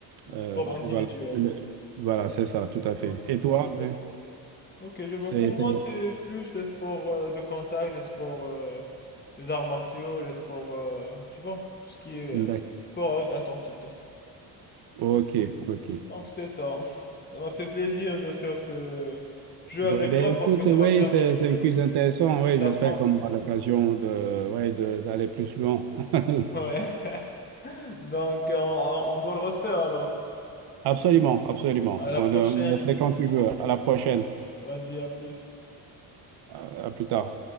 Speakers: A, on the right; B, on the left.
A: euh,
B: sport individuel.
A: voilà, le- voilà, c'est ça, tout à fait.
B: Ok,
A: Et toi,
B: je
A: euh,
B: vois. Ok, je vois.
A: c'est...
B: Pour moi,
A: c'est-
B: c'est plus les sports euh, de contact, les sports, euh, les arts martiaux, les sports, euh, tu vois, tout ce qui est euh,
A: d'ac-
B: sport à haute intensité.
A: Ok, ok.
B: Donc c'est ça. Ça m'a fait plaisir de faire ce jeu
A: Ben,
B: avec
A: ben,
B: toi parce
A: écoute,
B: que ça
A: oui,
B: m'a permis
A: c'est
B: de
A: c'est un quiz intéressant. Oui,
B: mieux t'apprendre.
A: j'espère qu'on aura l'occasion de, ouais, de- d'aller plus loin. <laughs>
B: Ouais. <laughs> Donc euh, on, on doit le refaire alors.
A: Absolument, absolument.
B: À la
A: On,
B: prochaine.
A: euh, on le fait
B: je
A: quand
B: te dis.
A: tu veux. À la prochaine.
B: Vas-y, à plus.
A: à à plus tard.